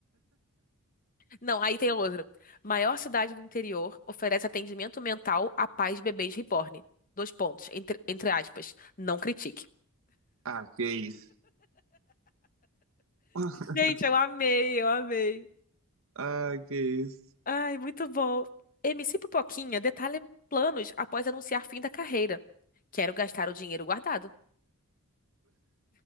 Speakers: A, on the left (about 40°); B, on the right (about 60°).
A: Não, aí tem outra. Maior cidade do interior oferece atendimento mental a pais de bebês reborn. Dois pontos, entre, entre aspas. Não critique.
B: Ah, que isso. <laughs>
A: Gente, eu amei, eu amei.
B: Ah, que isso.
A: Ai, muito bom. MC Pipoquinha detalha planos após anunciar fim da carreira. Quero gastar o dinheiro guardado.